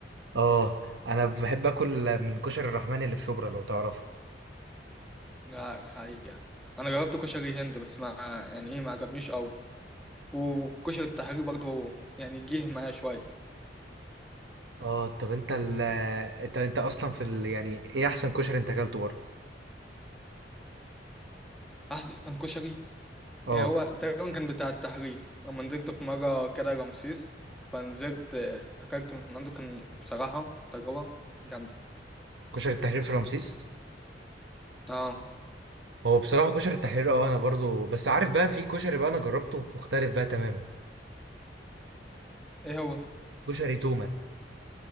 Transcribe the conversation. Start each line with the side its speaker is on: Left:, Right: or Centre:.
Right: اه انا بحب اكل من كشري الرحمن اللي في شبرا لو تعرفه
Centre: لا حقيقة انا جربت كشري هند بس ما يعني ايه ما عجبنيش قوي والكشري التحرير برضو يعني جه معايا شوية
Right: اه طب انت ال... انت انت اصلا في ال... يعني ايه احسن كشري انت اكلته بره
Centre: احسن كشري
Right: اه
Centre: يعني هو تقريبا كان بتاع التحرير لما نزلت في مرة كده رمسيس فنزلت آه، اكلت من عنده كان بصراحة تجربة جامدة
Right: كشري التحرير في رمسيس
Centre: اه
Right: هو بصراحة كشري التحرير اه انا برضو بس عارف بقى في كشري بقى انا جربته مختلف بقى تماما
Centre: ايه هو
Right: كشري تومة